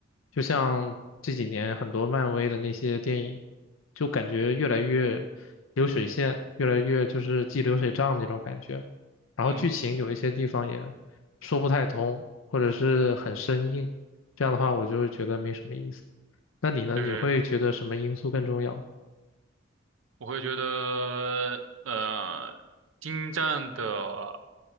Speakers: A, on the left; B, on the right.
A: 就像这几年很多漫威的那些电影，就感觉越来越流水线，越来越就是记流水账那种感觉。然后剧情有一些地方也说不太通，
B: 嗯，
A: 或者是很生硬。这样的话，我就会觉得没什么意思。那你呢？
B: 对。
A: 你会觉得什么因素更重要？
B: 我会觉得，呃，精湛的，